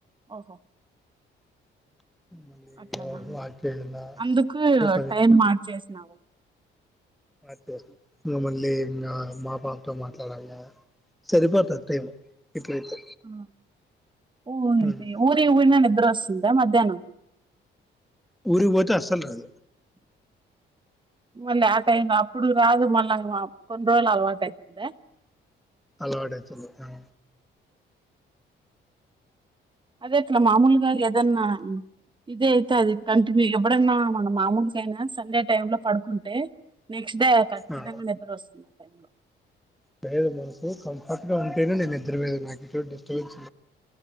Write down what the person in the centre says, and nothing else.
మళ్ళీ
వాక్ చేయాలా
రేపు
అటు ఉ మళ్ళీ ఇంగ మా పాపతో మాట్లాడంగా సరిపోతాది టైం ఇప్పుడైతే
ఉమ్
ఊరికి పోతే అసలు రాదు
అలవాటు అవుతుంది అక్క
ఆ
లేదు మనకు కంఫర్ట్ గా ఉంటేనే నేను ఇద్దరదు నాకు డిస్టబెన్స్